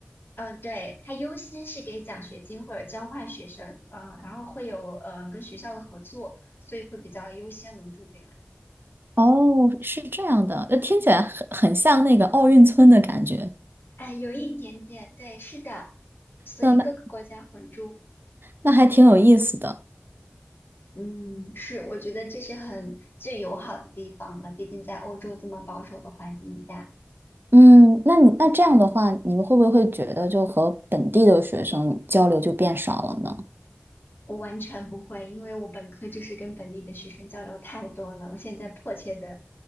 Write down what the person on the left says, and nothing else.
嗯，对，它优先是给奖学金或者交换学生，嗯，然后会有嗯跟学校的合作，所以会比较优先能住进来。
哎，有一点点，对，是的，所以各个国家混住，
嗯，是，我觉得这是很最友好的地方了。毕竟在欧洲这么保守的环境下，
我完全不会，因为我本科就是跟本地的学生交流太多了，我现在迫切的